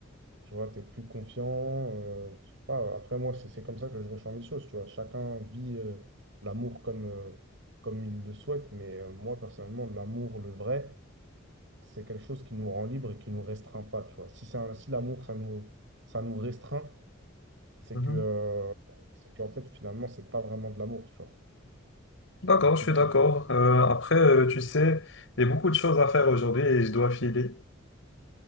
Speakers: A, on the right; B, on the left.
A: Tu vois, tu es plus confiant. euh, je sais pas, après, moi, c'est c'est comme ça que je ressens les choses. Tu vois, chacun vit euh, l'amour comme, euh, comme il le souhaite, mais euh, moi, personnellement, l'amour, le vrai. c'est quelque chose qui nous rend libre et qui nous restreint pas, tu vois. Si c'est un- si l'amour, ça nous, ça nous restreint, c'est
B: mhm.
A: que, euh, c'est qu'en fait, finalement, c'est pas vraiment de l'amour, tu vois. C'est
B: D'accord,
A: fictif.
B: je suis d'accord. Euh, après, euh, tu sais, il y a beaucoup de choses à faire aujourd'hui et je dois filer.